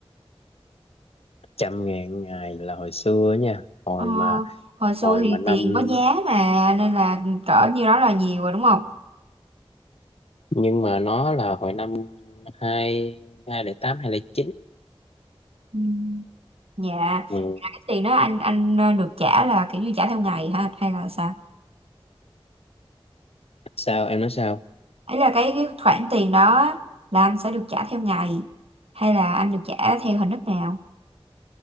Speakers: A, on the left; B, on the right.
A: trăm ngàn ngày là hồi xưa nha hồi
B: Ờ,
A: mà
B: hồi xưa
A: hồi
B: thì
A: mà năm
B: tiền có giá mà nên là cỡ nhiêu đó là nhiều rồi đúng không?
A: nhưng mà nó là hồi năm hai hai lẻ tám hai lẻ chín
B: Ừ. Dạ.
A: ừ.
B: Là Cái tiền đó anh anh ờ, được trả là kiểu như trả theo ngày hả hay là sao?
A: sao em nói sao
B: Ấy là cái, cái khoản tiền đó là anh sẽ được trả theo ngày hay là anh được trả theo hình thức nào?